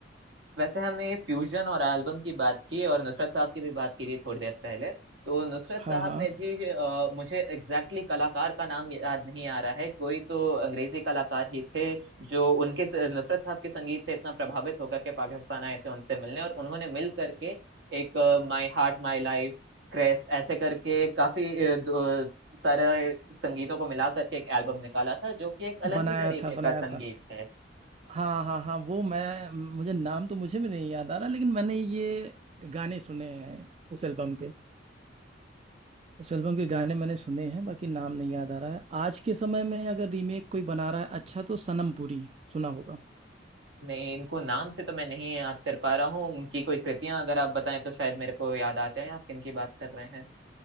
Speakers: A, on the right; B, on the right.
A: वैसे हमने ये फ्यूजन और एल्बम की बात की और नुसरत साहब की भी बात की थी थोड़ी देर पहले तो नुसरत
B: हाँ
A: साहब
B: हाँ
A: ने भी अ, मुझे एग्जैक्टली exactly कलाकार का नाम याद नहीं आ रहा है कोई तो अंग्रेजी कलाकार ही थे जो उनके स- नुसरत साहब के संगीत से इतना प्रभावित होकर के पाकिस्तान आए थे उनसे मिलने और उन्होंने मिल करके एक माई हार्ट माई लाइफ क्रेस्ट ऐसे करके काफी अ, दो- सारे संगीतों को मिला करके एक एल्बम निकाला था जो कि एक अलग
B: बनाया
A: ही तरीके
B: था
A: का
B: बनाया
A: संगीत
B: था
A: है
B: हाँ हाँ हाँ वो मैं मुझे नाम तो मुझे भी नहीं याद आ रहा लेकिन मैंने ये गाने सुने हैं उस एल्बम के उस एल्बम के गाने मैंने सुने हैं बाकी नाम नहीं याद आ रहा है आज के समय में अगर रीमेक कोई बना रहा है अच्छा तो सनम पुरी सुना होगा
A: नहीं इनको नाम से तो मैं नहीं याद कर पा रहा हूँ उनकी कोई कृतियां अगर आप बताएं तो शायद मेरे को याद आ जाए आप किन की बात कर रहे हैं